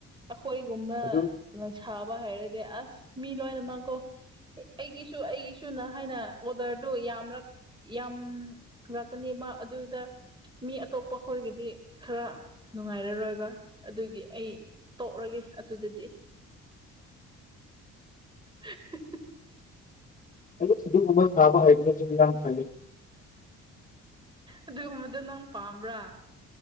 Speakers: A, on the right; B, on the left.
A: ꯑꯩꯈꯣꯏꯒꯨꯝꯕ
B: ꯑꯗꯨ
A: ꯁꯥꯕ ꯍꯥꯏꯔꯗꯤ ꯑꯁ ꯃꯤ ꯂꯣꯏꯅꯃꯛꯀꯣ ꯑꯩꯒꯤꯁꯨ ꯑꯩꯒꯤꯁꯨ ꯅ ꯍꯥꯏꯅ ꯑꯣꯗꯔꯗꯨ ꯌꯥꯝꯂꯛ ꯌꯥꯝ ꯂꯥꯛꯀꯅꯦꯕ ꯑꯗꯨꯗ ꯃꯤ ꯑꯇꯣꯞꯄ ꯑꯩꯈꯣꯏꯒꯤꯗꯤ ꯈꯔ ꯅꯨꯡꯉꯥꯏꯔꯔꯣꯏꯕ ꯑꯗꯨꯒꯤ ꯑꯩ ꯇꯣꯛꯔꯒꯦ ꯑꯗꯨꯗꯗꯤ <inaudible>
B: ꯁ ꯀꯨꯝꯃ ꯁꯥꯕ ꯍꯥꯏ ꯌꯥꯝ ꯐꯦ
A: ꯑꯗꯨꯒꯨꯝꯕꯗꯣ ꯅꯪ ꯄꯥꯝꯕ꯭ꯔꯥ